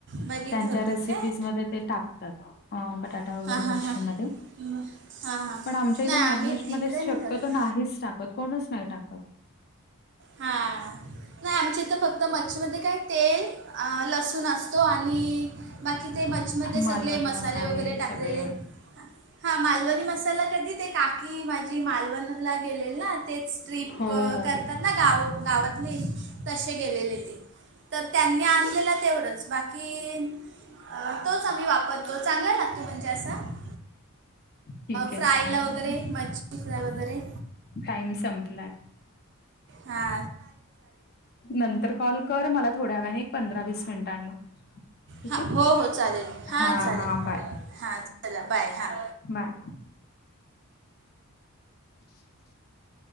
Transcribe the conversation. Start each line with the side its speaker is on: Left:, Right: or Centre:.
Right: बघितलं
Left: त्यांच्या
Right: होतं
Left: रेसिपीज
Right: काय
Left: मध्ये ते टाक टाक अ बटाटा
Right: हां
Left: वगैरे
Right: हां हां
Left: मच्छी
Right: हां
Left: मध्ये
Right: हां हां हां
Left: पण आमच्या इथे
Right: नाही
Left: नॉनव्हेज
Right: आम्ही
Left: मध्ये
Right: इकडे
Left: शक्यतो
Right: नाही करत
Left: नाहीच टाकत कोणच नाही टाकत.
Right: हा नाही आमच्या तर फक्त मच्छीमध्ये काय तेल लसूण असतो, आणि बाकी ते मच्छी. त्यामध्ये सगळे
Left: मालवणी
Right: मसाले वगैरे टाकलेले.
Left: सगळे
Right: हा मालवणी मसाला कधी ते काकी माझी मालवणी नला गेलेले ना तेच ट्रप
Left: हो,
Right: कर
Left: हो.
Right: काय ना गाव गावातली तसे गेलेले ते, तर त्यांनी आणलेलं तेवढंच. बाकी अ.. तोच आम्ही वापर तो चांगला लागतो म्हणजे, असा
Left: ठीक आहे
Right: फ्राय
Left: चालेल.
Right: ला वगैरे मच्छी. तुसऱ्या वगैरे
Left: टाईम संपला.
Right: हा.
Left: नंतर कॉल कर मला थोड्या वेळ्याने एक पंधरा वीस मिनिटांनी. ठीक
Right: हा
Left: आहे?
Right: हो हो. चालेल हा,
Left: हां,
Right: चालेल
Left: हां. बाय.
Right: हा चला बाय हा.
Left: बाय. <inaudible>